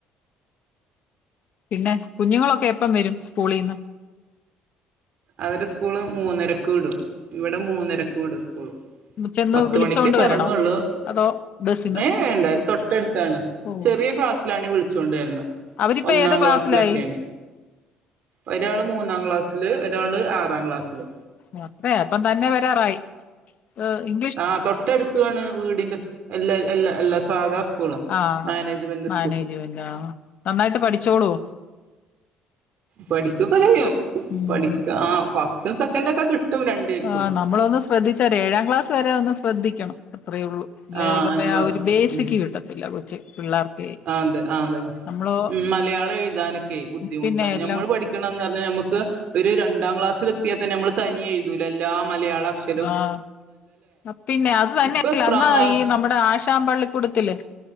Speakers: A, on the left; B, on the right.
A: പിന്നെ കുഞ്ഞുങ്ങളൊക്കെ എപ്പം വരും സ്കൂളിൽന്ന്?
B: അവരെ സ്കൂള് മൂന്നരക്ക് വിടും ഇവിടെ മൂന്നരക്ക് വിടും സ്കൂള്
A: ചെന്ന്
B: പത്ത്
A: വിളിച്ചോണ്ട്
B: മണിക്ക് തുടങ്ങുള്ളൂ
A: വരണോ അതോ ബസിന്
B: ഏഹ് വേണ്ട തൊട്ടടുത്താണ്
A: ഓഹ്
B: ചെറിയ ക്ലാസ്സിലാണെ വിളിച്ചു കൊണ്ട് വെര്ണം
A: അവരിപ്പ
B: ഒന്നാം
A: ഏത് ക്ലാസ്സിലായി
B: ക്ലാസ്സിലൊക്കെയാണ് ഒരാള് മൂന്നാം ക്ലാസ്സില് ഒരാള് ആറാം ക്ലാസ്സില്
A: <unintelligible> ഇപ്പം തന്നെ വരാറായി ഏഹ് ഇ
B: ആഗ തൊട്ടടുത്തുവാണ് വീടിന്റെ എല്ലാ എല്ല എല്ലാ സാധാ സ്കൂള്
A: ആഹ്
B: മാനേജ്മെന്റ്
A: മാനേജ്മെന്റ് ആഹ് നന്നായിട്ട് പഠിച്ചോളൂ?
B: പഠിക്കൊക്കെ ചെയ്യും
A: ഉം
B: പഠിക്ക ഫസ്റ്റും സെക്കൻഡും ഒക്കെ കിട്ടും രണ്ടു പേർക്കും
A: ആഹ് നമ്മളൊന്ന് ശ്രദ്ധിച്ചാലെ ഏഴാം ക്ലാസ് വരെ ഒന്ന് ശ്രദ്ധിക്കണം അത്രയള്ളൂ അല്ലേ
B: ആ
A: ഈ പറഞ്ഞ
B: ഞാൻ
A: ആ
B: പറയാം
A: ഒരു ബേസിക്ക്
B: ഉം
A: കിട്ടത്തില്ല കൊച് പിള്ളേർക്ക്
B: അതെ അതെ
A: നമ്മള്
B: ഉം മലയാളം എഴുതാനൊക്കെ ബുദ്ധിമുട്ടാണ്
A: പിന്നെ എല്ലാം
B: ഞമ്മൾ പഠി ക്കനം നർഞ അമക്ക് ഒരു രണ്ടാം ക്ലാസിൽ എത്തിയാ തന്നെ നമ്മൾ തനിയെ എഴുതുല്ലേ എല്ലാ മലയാളക്ഷ
A: ആഹ് പിന്നെ അത് തന്നെയല്ല
B: ഇപ്പൊ എത്രാം
A: അന്ന്
B: ക്ലാസ്
A: ഈ നമ്മുടെ ആശ ആഷാൻ പള്ളിക്കൂടുത്തില്